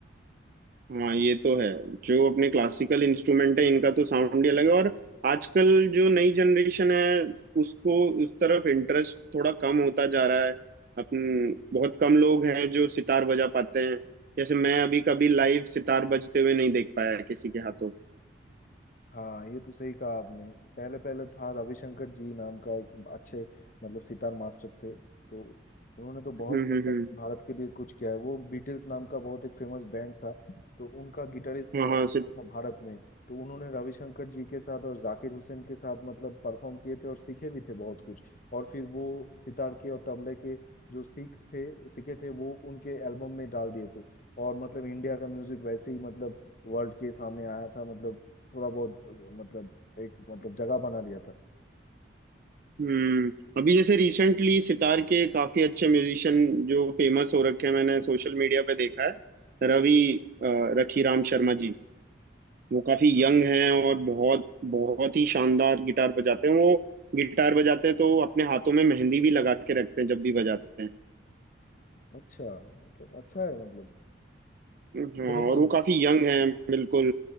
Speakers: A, on the right (about 45°); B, on the left (about 45°).
A: हाँ ये तो है जो अपने क्लासिकल इंस्ट्रूमेंट है इनका तो साउंड ही अलग है और आजकल जो नई जनरेशन है उसको उस तरफ इंटरेस्ट थोड़ा कम होता जा रहा है अपन बहुत कम लोग हैं जो सितार बजा पाते हैं जैसे मैं अभी कभी लाइव सितार बजते हुए नहीं देख पाया किसी के हाथों
B: हाँ ये तो सही कहा आपने पहले पहले था रविशंकर जी नाम का एक अच्छे मतलब सितार मास्टर थे तो उन्होंने तो बहुत
A: हम्म
B: मतलब
A: हम्म हम्म
B: भारत के लिए कुछ किया है वो बीटल्स नाम का बहुत एक फेमस बैंड था तो उनका गिटारिस्ट
A: हाँ
B: आया
A: हाँ
B: था भारत में तो उन्होंने रविशंकर जी के साथ और जाकिर हुसैन के साथ मतलब परफॉर्म किए थे और सीखे भी थे बहुत कुछ और फिर वो सितार के और तबले के जो सीख थे सीखे थे वो उनके एल्बम में डाल दिए थे और मतलब इंडिया का म्यूजिक वैसे ही मतलब वर्ल्ड के सामने आया था मतलब थोड़ा बहुत अ, मतलब एक मतलब जगह बना लिया था
A: हम्म अभी जैसे रिसेंटली सितार के काफी अच्छे म्यूजिशियन जो फेमस हो रखे हैं मैंने सोशल मीडिया पे देखा है रवि अ, रखीराम शर्मा जी वो काफी
B: हाँ
A: यंग हैं और बहुत बहुत ही शानदार गिटार बजाते हैं वो गिटार बजाते हैं तो अपने हाथों में मेहंदी भी लगा के रखते हैं जब भी बजाते हैं
B: अच्छा मतलब अच्छा है मतलब
A: हाँ
B: सुनूंगा
A: और वो
B: मैं
A: काफी यंग हैं बिल्कुल